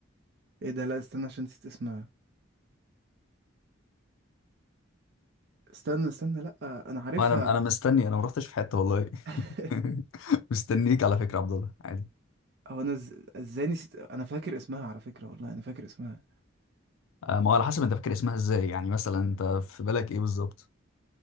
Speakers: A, on the right (about 55°); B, on the left (about 85°).
A: ايه ده لا استنى عشان نسيت اسمها استنى استنى لا انا عارفها
B: ما انا انا مستني انا ما رحتش في حته والله
A: <laughs>
B: <laughs> مستنيك على فكره يا عبد الله عادي
A: هو انا إز- ازاي نسيت انا فاكر اسمها على فكرة والله انا فاكر اسمها
B: آه، ما هو على حسب انت فاكر اسمها ازاي يعني مثلا انت في بالك ايه بالظبط